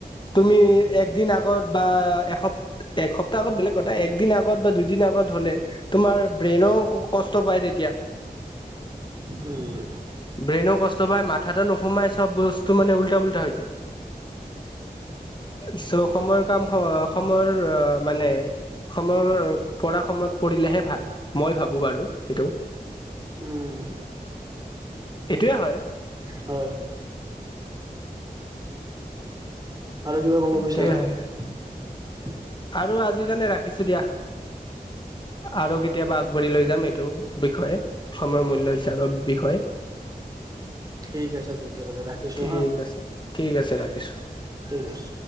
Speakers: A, on the left; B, on the right.
A: তুমি একদিন আগ গত বা এস-এসপ্তাহ আগত বেলেগ কথা একদিন আগত বা দুদিন আগত হলে তোমাৰ ব্ৰেইনও কষ্ট পায় দিয়া
B: উম,
A: ব্ৰেইনো কষ্ট পায় মা হঠাতে নোসোমাই চব বস্তু মানে উল্টা উল্টা হৈ যায়। চ' সময়ৰ কাম স-সময়ৰ মানে সময়ৰ পৰা সময়ত কৰিলেহে ভাল মই ভাবো বাৰু এইটো।
B: উম
A: এইটোয়ে হয়
B: হয়। আৰু কিবা কব বিচাৰা?
A: এইটোয়ে হয়।
B: <unintelligible>
A: আৰু আজি কাৰণে ৰাখিছো দিয়া আৰু কেতিয়াবা আগবাঢ়ি লৈ যাম এইটো বিষয়ে সময়ৰ মূল্য হিচাপৰ বিষয়ে।
B: ঠিক আছে তেতিয়াহ'লে ৰাখিছো
A: ঠিক
B: হা
A: আছে ঠিক আছে ৰাখিছো
B: ঠিক আছে।